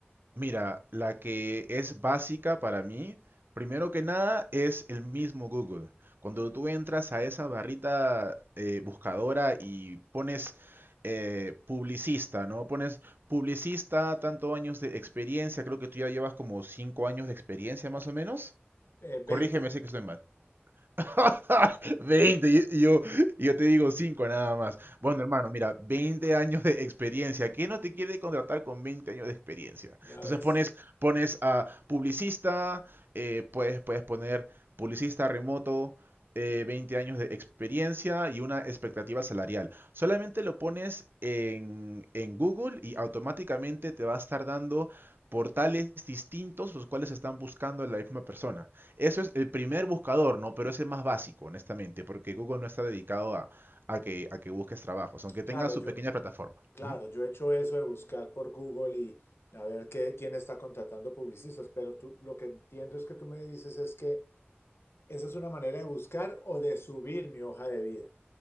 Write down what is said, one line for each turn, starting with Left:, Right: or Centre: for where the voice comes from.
Right: Mira, la que es básica para mí, primero que nada, es el mismo Google. Cuando tú entras a esa barrita eh, buscadora y pones eh, publicista, ¿no? Pones publicista, tanto años de experiencia, creo que tú ya llevas como cinco años de experiencia más o menos.
Left: Eh,
Right: Corrígeme
Left: 20,
Right: si que estoy mal. <laughs> 20, y y yo, y yo te digo 5 nada más. Bueno, hermano, mira, 20 años de experiencia. ¿Qué no te quiere contratar con 20 años de experiencia?
Left: ya
Right: Entonces
Left: ves.
Right: pones, pones a publicista, eh, puedes, puedes poner publicista remoto, eh, 20 años de experiencia y una expectativa salarial. Solamente lo pones en, en Google y automáticamente te va a estar dando portales distintos los cuales están buscando a la misma persona. Eso es el primer buscador, ¿no? Pero ese es más básico, honestamente, porque Google no está dedicado a, a que, a que busques trabajos, aunque
Left: Claro,
Right: tenga su
Left: yo,
Right: pequeña plataforma.
Left: Claro,
Right: ¿m?
Left: yo he hecho eso de buscar por Google y a ver qué, quién está contratando publicistas, pero tú, lo que entiendo es que tú me dices es que esa es una manera de buscar o de subir mi hoja de vida.